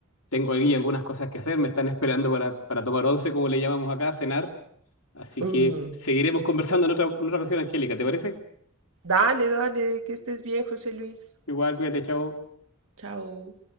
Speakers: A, on the left; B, on the right.
A: tengo aquí algunas cosas que hacer, me están esperando para, para tomar once, como le llamamos acá, a cenar, así
B: Ujú.
A: que seguiremos conversando en otra, en otra ocasión, Angélica, ¿te parece?
B: Dale, dale, que estés bien, José Luis.
A: Igual, cuídate, chao.
B: Chao.